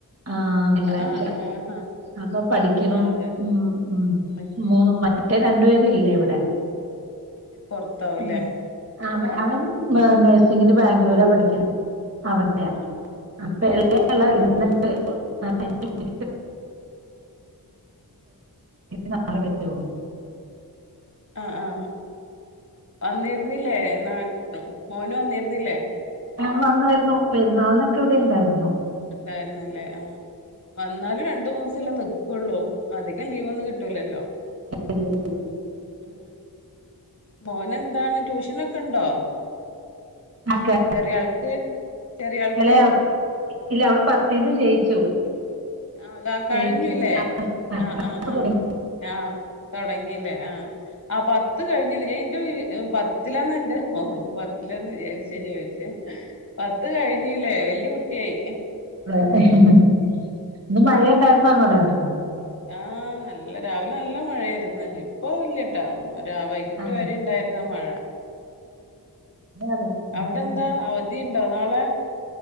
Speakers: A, on the right; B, on the left.
A: ആ തിങ്കളാഴ്ച.
B: ആ ആ
A: അപ്പ പഠിക്കെണോ
B: അതെ
A: മ് മ്
B: അത് ശരി
A: മൂന്ന് മറ്റെ രണ്ട് പേര് ഇല്ല ഇവിടെ.
B: പൊറത്താവൂലേ
A: ആ അവ അവൻ മേ
B: ഉം ഉം
A: നഴ്സിങ്ങിന് ബാ ഗ്‌ളൂരാ പഠിക്ക്ണെ അവിടെയ
B: ആ ആ
A: അപ്പ എളയ ആള്
B: അവിടാവൂലേ
A: <unintelligible> ആ ഇഞ്ഞ് നാളെ പറ്റൊള്ളു.
B: ആ ആ വന്നിര്ന്നില്ലേ? നാട്ട മോന് വന്നിര്ന്നില്ലേ?
A: ആ വന്നായിരുന്നു. പെരുന്നാളിനൊക്കെ ഇവിടെ ഇണ്ടായിരുന്നു.
B: ഇണ്ടായിര്ന്ന്ല്ലേ ആ വന്നാലും ര ണ്ട് മൂസല്ലേ നിക്ക്ള്ളൂ. അധികം ലീവ് ഒന്നും കിട്ടൂലല്ലോ.
A: ഇല്ലേ
B: ഉം ഉ മോന് എന്താണ് ട്യൂഷനൊക്കെ ഇണ്ടോ?
A: ആക്കെ
B: ചെറിയ ആൾക്ക് ചെറിയ ആൾക്ക്
A: ഇളയാൾക്ക് ഇല്ല അവള് പത്തീന്ന് ജയിച്ചു.
B: ആ ക കഴിഞ്ഞുല്ലേ?
A: ജയിച്ചു. ക്ലാസ്
B: ആ ആ ആ
A: തുടങ്ങി.
B: ആ തൊടങ്ങില്ലേ ആ ആ പത്ത് കഴിഞ്ഞ്ലെ ഇന് <unintelligible> പത്തിലാന്നന്റെ ഓർമ പത്തിലാന്ന് വിചാരിച്ച് ചോയി ച്ചെ പത്ത് കഴിഞ്ഞ്ലെ വല്യ കുട്ടി ആയി.
A: ഹ് ഹ് ഇന്ന് മഴയുണ്ടായിര്ന്നോ അങ്ങോട്?
B: ആ നല്ല രാവിലെ നല്ല മഴയായിര്ന്നു. ഇ പ്പോ ഇല്ലട്ടാ രാ വൈകിട്ട്
A: ആ അതെ
B: വരെ ഇണ്ടായിര്ന്ന് ആ മഴ.
A: അതെ അങ്ങനെയായിരുന്നു.
B: അവിടെ എന്താ അവധിണ്ടോ നാളെ?